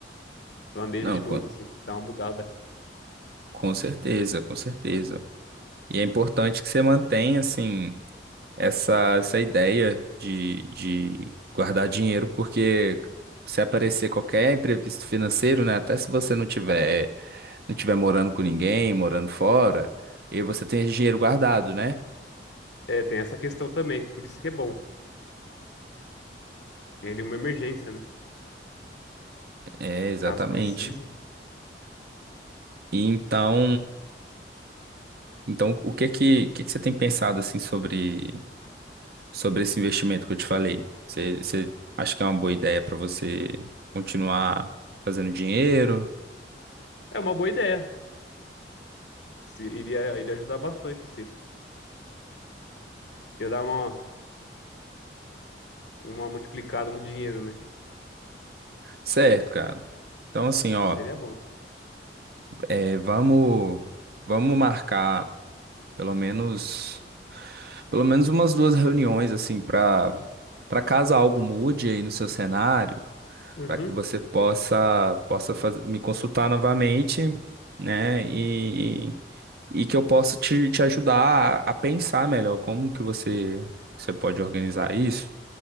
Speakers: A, on the left; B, on the right.
A: Planeja
B: Não,
A: de novo
B: com,
A: assim, dá uma mudada.
B: com certeza, com certeza. E é importante que você mantenha, assim, essa, essa ideia de, de guardar dinheiro, porque se aparecer qualquer imprevisto financeiro, né? Até se você não tiver, não tiver morando com ninguém, morando fora, e você tem esse dinheiro guardado, né?
A: É, tem essa questão também, por isso que é bom. ele uma emergência, né?
B: É, exatamente.
A: Caso precise.
B: E então, então o que que, o que que você tem pensado, assim, sobre. sobre esse investimento que eu te falei. Você, você acha que é uma boa ideia para você continuar fazendo dinheiro?
A: É uma boa ideia. Se- iria, iria ajudar bastante, assim. Ia dar uma, uma multiplicada no dinheiro, né?
B: Certo, cara. Então, assim,
A: Mas
B: ó,
A: seria bom.
B: é, vamos, vamos marcar pelo menos, pelo menos umas duas reuniões, assim, para para caso algo mude aí no seu cenário.
A: Uhum.
B: para que você possa possa faz- me consultar novamente, né? E, e que eu possa te, te ajudar a, a pensar melhor como que você você pode organizar isso.